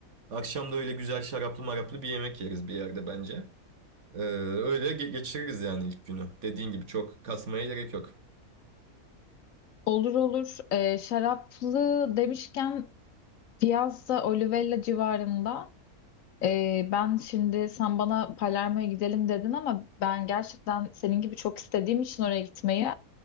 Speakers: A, on the right (about 55°); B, on the left (about 70°).
A: Akşam da öyle güzel şaraplı maraplı bir yemek yeriz bir yerde bence. Ee, öyle ge- geçiririz yani ilk günü. Dediğin gibi çok kasmaya gerek yok.
B: Olur olur. Ee, şaraplı demişken Piazza Olivella civarında ee, ben şimdi sen bana Palermo'ya gidelim dedin ama ben gerçekten senin gibi çok istediğim için oraya gitmeyi